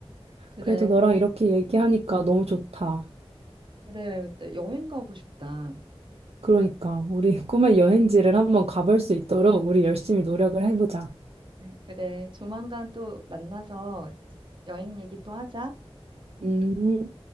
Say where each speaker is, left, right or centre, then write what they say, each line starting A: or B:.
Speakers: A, on the right (about 50°); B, on the right (about 70°).
A: 그래.
B: 그래도 너랑 이렇게 얘기하니까 너무 좋다.
A: 그래, 너 여행 가고 싶다.
B: 그러니까 우리 <laughs> 꿈의 여행지를 한번 가볼 수 있도록 우리 열심히 노력을 해보자.
A: 네, 그래, 조만간 또 만나서 여행 얘기 또 하자.
B: 음.